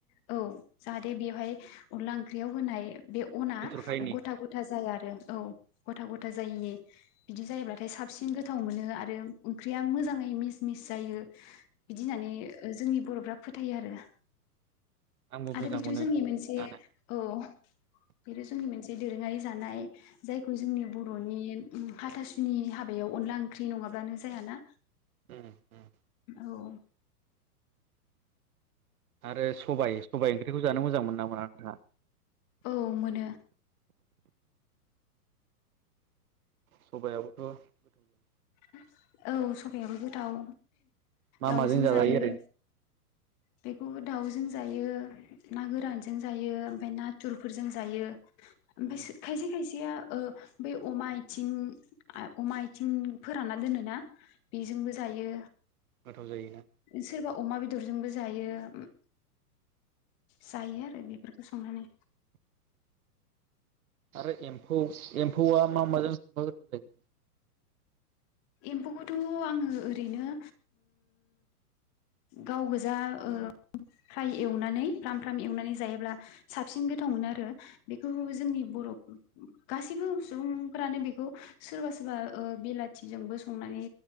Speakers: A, on the left (about 25°); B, on the right (about 65°).
A: औ जाहाथे बेवहाय अनला ओंख्रियाव होनाय बे अना
B: बेथरखायनि
A: गथा गथा जा जाया आरो औ गथा गथा जायैनि बिदि जायोब्लाथाय साबसिन गोथाव मोनो आरो ओं-ओंख्रिया मोजाङै मिस मिस जायो। बिदि होनानै ओ जोंनि बर'फ्रा फोथायो आरो ना
B: आंबो मोजां
A: आरो बेथजोंनि
B: मोनो
A: मोनसे
B: जानो
A: औ बेनो जोंनि मोनसे दोरोङारि जानाय। जायखौ जोंनि बरनि हाथासुनि हाबायाव अनला ओंख्रि नङाब्लानो जायाना
B: उम उम
A: औ
B: आरो सबाइ सबाइ ओं खौ जानो मोजां मोनो ना मोना नोंहा
A: औ मोनो
B: सबायाबोथ' गोथाव जायो
A: <inaudible> औ सबायाबो गोथाव,
B: मा
A: दाउजों
B: माजों जाजायो
A: जायो। बेखौबो दाउजों जायो ना गोरानजों जायो ओमफाय नाथुरफोरजों जायो ओमफायस
B: ओरैनो
A: खायसे खायसे खायसेया ओ बै अमा आथिं अमा आथिं फोरानना दोनोना बेजोंबो जायो
B: गोथाव जायोना
A: सोरबा। अमा बेदरजोंबो जायो उम जायो आरो। फोरखौ संनानै
B: आरो एम एम्फौआ मा माजों संबा <inaudible>
A: एम्फौखौथ आङो ओरैनो गाव गोजा ओ फ्राय एवनानै फ्राम फ्राम एवनानै जायायोब्ला साबसिन गोथाव मोनो आरो बेखौ जोंनि बर'खौ गासिबो सुबुंफोरानो बेखौ सोरबा -सोरबा ओ बिलाथिजोंबो संनानै